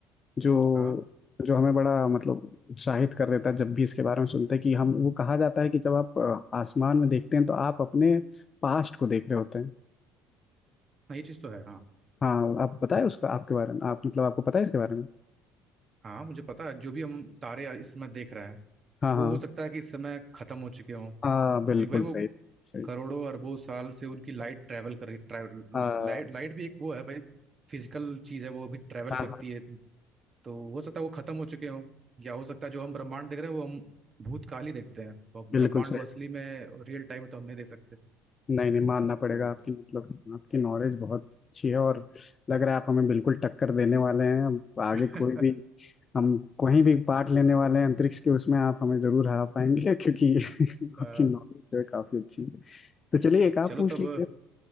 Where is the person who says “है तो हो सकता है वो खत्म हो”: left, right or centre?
Right